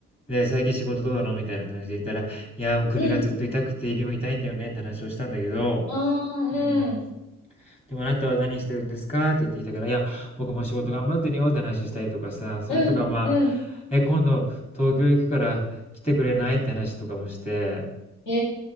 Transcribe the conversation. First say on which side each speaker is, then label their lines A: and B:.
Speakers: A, on the left; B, on the left.
A: で、最近仕事どうなのみたいな感じで言ったら、いや、もう首がずっと痛くて指も痛いんだよねって話をしたんだけど、
B: うん。ああ、うん。
A: うん、でもあなたは何してるんですかって言ってきたから、いや、僕も仕事頑張ってるよって話したりとかさ、それとかまあ、
B: うん。うん。
A: え、今度東京行くから来てくれないって話とかもして、
B: え